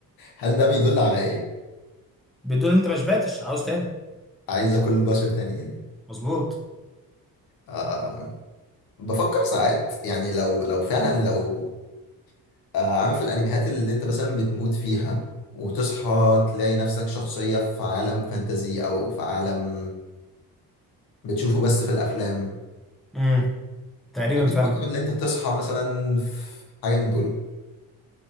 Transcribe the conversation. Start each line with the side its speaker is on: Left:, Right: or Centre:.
Left: هل ده بيدل على ايه
Centre: بتقول أنت ما شبعتش عاوز تاني
Left: عايز اكل بشر تانيين
Centre: مظبوط
Left: آه، بفكر ساعات يعني لو لو فعلا لو آه، عارف الانميات اللي انت مثلا بتموت فيها وتصحى تلاقي نفسك شخصية في عالم فانتزي او في عالم بتشوفه بس في الافلام
Centre: مم. تقريبا
Left: هل بتفكر
Centre: فاهم
Left: ان انت تصحى مثلا في حاجة من دول